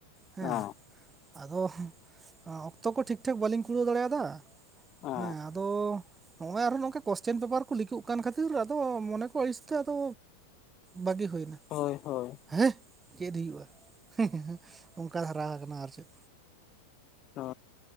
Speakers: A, on the right; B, on the left.
A: ᱦᱮᱸ
B: ᱚ
A: ᱟᱫᱚ ᱚᱠᱛᱚ ᱠᱚ ᱴᱷᱤᱠ ᱴᱷᱟᱠ ᱵᱟᱹᱞᱤᱧ ᱠᱩᱲᱟᱹᱣ ᱫᱟᱲᱮᱭᱟᱫᱟ᱾
B: ᱚ
A: ᱦᱮᱸ ᱟᱫᱚ ᱦᱸᱚᱜᱼᱚᱭ ᱟᱨᱦᱚᱸ ᱱᱚ ᱠᱚᱥᱪᱮᱱ ᱯᱮᱯᱟᱨ ᱠᱚ ᱞᱤᱠᱚᱜ ᱠᱟᱱ ᱠᱷᱟᱹᱛᱤᱨ ᱟᱫᱚ ᱢᱚᱱᱮ ᱠᱚ ᱟᱹᱲᱤᱥ ᱛᱮ ᱟᱫᱚ ᱵᱟᱜᱤ ᱦᱩᱭᱱᱟ᱾
B: ᱦᱳᱭ ᱦᱳᱭ᱾
A: ᱦᱮᱸ ᱪᱮᱫ ᱦᱩᱭᱩᱜᱼᱟ <inaudible> ᱚᱱᱠᱟ ᱫᱷᱟᱨᱟ ᱠᱟᱱᱟ ᱟᱨ ᱪᱮᱫ᱾
B: ᱚ